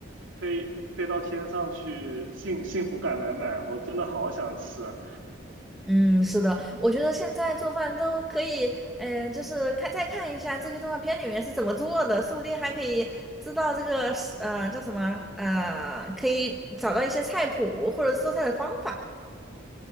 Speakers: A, on the right; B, in the centre.
A: 飞飞到天上去，幸幸福感满满，我真的好想吃啊。
B: 嗯，是的，我觉得现在做饭都可以，嗯、就是看再看一下这些动画片里面是怎么做的，说不定还可以知道这个是呃叫什么呃，可以找到一些菜谱或者是做菜的方法。